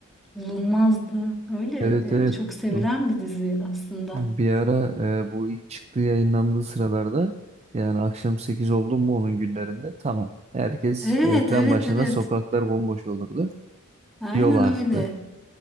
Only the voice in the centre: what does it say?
bulunmazdı. Öyle
e, çok sevilen
bir dizi aslında.
Evet,
evet,
evet.
Aynen
öyle.